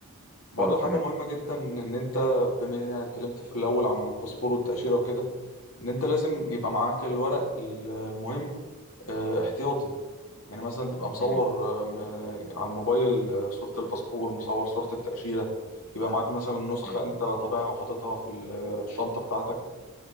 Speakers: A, on the left (about 80°); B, in the centre.
A: برضه
B: اه تمام
A: حاجة مهمة جدا إن أنت بما إننا اتكلمت في الأول عن الباسبور والتأشيرة وكده ان انت لازم يبقى معاك الورق ال- المهم آه، احتياطي يعني مثلا تبقى مصور
B: مم.
A: آه، م- على الموبايل آه، صورة الباسبور مصور صورة التأشيرة يبقى معاك مثلا نسخة
B: مم.
A: انت طابعها وحاططها في ال- الشنطة بتاعتك